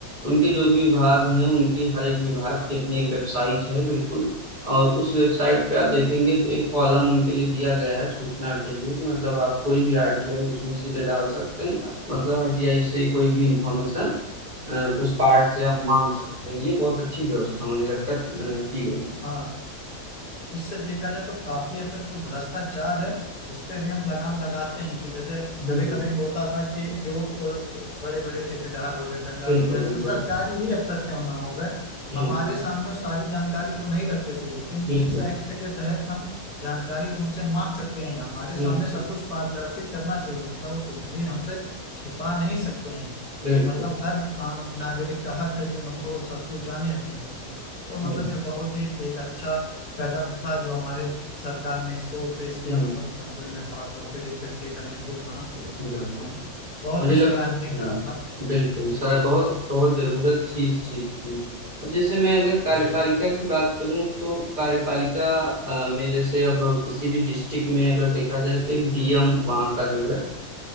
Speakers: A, on the right (about 35°); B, on the left (about 30°).
A: उनके जो भी विभाग
B: हम्म,
A: हैं उनकी हर एक विभाग की अपनी एक वेबसाइट है बिल्कुल और उस वेबसाइट पे आप देखेंगे तो एक कॉलम उनके लिए दिया गया है सूचना के लिए कि मतलब आप कोई भी आरटीआई उसमें सीधे डाल सकते हैं मतलब आरटीआई से कोई भी इंफॉर्मेशन अ, उस पार्ट से आप मांग सकते हैं ये बहुत अच्छी व्यवस्था मुझे लगता है अ, की गई है।
B: हाँ इससे देखा जाए तो काफी हद तक जो भ्रष्टाचार है उस पे भी हम लगाम लगाते हैं कि जैसे
A: बिल्कुल
B: कभी कभी होता था कि जो बड़े बड़े ठेकेदार हो गए टेंडर
A: बिल्कुल
B: हो गए स-
A: बिल्कुल
B: सरकारी ही अफसर क्यों ना हो गए
A: जी
B: हमारे
A: जी
B: सामने वो सारी जानकारी को नहीं रखते थे लेकिन
A: बिल्कुल
B: इस एक्ट के तहत हम जानकारी को उनसे मांग सकते हैं हमारे
A: बिल्कुल
B: सामने सब कुछ पारदर्शी करना चाहिए मतलब वो कुछ भी हमसे छिपा नहीं सकते हैं
A: बिल्कुल
B: ये मतलब हर आम नागरिक का हक है कि मतलब वो सब कुछ जाने अपने बारे में। तो
A: बिल्कुल
B: मतलब ये बहुत ही एक अच्छा कदम था जो हमारे सरकार ने इसको पेश किया
A: हम्म,
B: मतलब संसद में पास हुआ फिर एक तरीके का ये बिल बना गुजरात
A: बिल्कुल
B: में बहुत
A: मुझे
B: ही सराहनीय
A: लग हम्म,
B: कार्य था
A: बिल्कुल सर
B: जी
A: बहुत बहुत जरूरत थी इस चीज की अब जैसे मैं अगर कार्यपालिका
B: जी
A: की बात करूं तो कार्यपालिका अ, में जैसे अब किसी भी डिस्ट्रिक्ट में अगर देखा जाए तो एक डीएम वहाँ का जो है